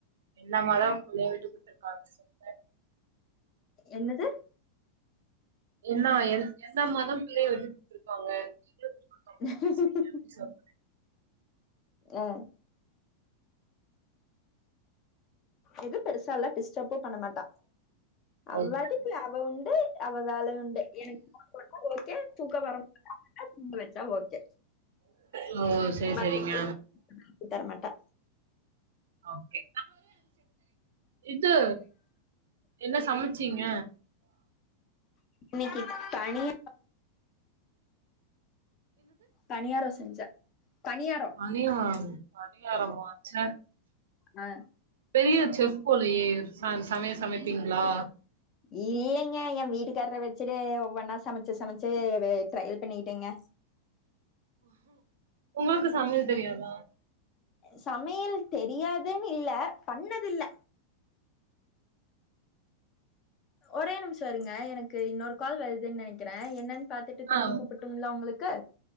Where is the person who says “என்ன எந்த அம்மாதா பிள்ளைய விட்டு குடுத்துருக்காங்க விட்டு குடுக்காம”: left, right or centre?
Right